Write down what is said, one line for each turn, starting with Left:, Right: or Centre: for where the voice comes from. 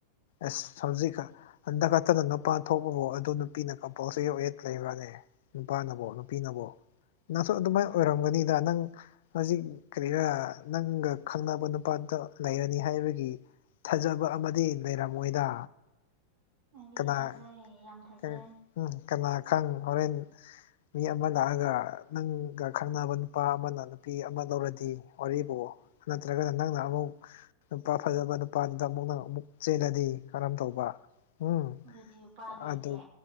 Left: ꯑꯁ ꯍꯧꯖꯤꯛ ꯀꯥꯟ ꯍꯟꯗꯛ ꯈꯛꯇꯅ ꯅꯨꯄꯥ ꯊꯣꯛꯂꯣ ꯑꯗꯨ ꯅꯨꯄꯤꯅ ꯀꯝꯄꯜꯁꯔꯤ ꯑꯣꯏꯠ ꯂꯩꯕꯅꯦ ꯅꯨꯄꯥꯅꯕꯣ ꯅꯨꯄꯤꯅꯕꯣ ꯅꯪꯁꯨ ꯑꯗꯨꯃꯥꯏꯅ
Right: ꯎꯝ
Left: ꯑꯣꯏꯔꯝꯒꯅꯤꯗ ꯅꯪ ꯍꯧꯖꯤꯛ ꯀꯔꯤꯔꯥ ꯅꯪꯒ ꯈꯪꯅꯕ ꯅꯨꯄꯥꯗ ꯂꯩꯔꯅꯤ ꯍꯥꯏꯕꯒꯤ ꯊꯥꯖꯕ ꯑꯃꯗꯤ ꯂꯩꯔꯝꯃꯣꯏꯗ
Right: ꯑꯩꯗꯤ
Left: ꯀꯅꯥ
Right: ꯊꯥꯖꯩ ꯌꯥꯝ ꯊꯥꯖꯩ
Left: ꯄꯨꯡ ꯎꯝ ꯀꯅꯥ ꯈꯪ ꯍꯣꯔꯦꯟ ꯃꯤ ꯑꯃ ꯂꯥꯛꯑꯒ ꯅꯪꯒ ꯈꯪꯅꯕ ꯅꯨꯄꯥ ꯑꯃꯅ ꯅꯨꯞ__ ꯅꯨꯄꯤ ꯑꯃ ꯂꯧꯔꯗꯤ ꯋꯥꯔꯤꯕꯨ ꯅꯠꯇ꯭ꯔꯒꯅ ꯅꯪꯅ ꯑꯃꯨꯛ ꯅꯨꯄꯥ ꯐꯖꯕ ꯅꯨꯞ__ ꯑꯗꯨꯗ ꯑꯃꯨꯛ ꯅꯪ ꯑꯃꯨꯛ ꯆꯦꯜꯂꯗꯤ ꯀꯔꯝ ꯇꯧꯕ ꯎꯝ
Right: ꯑꯗꯨꯗꯤ ꯎꯄꯥꯏ ꯂꯩꯇꯦ
Left: ꯑꯗꯨ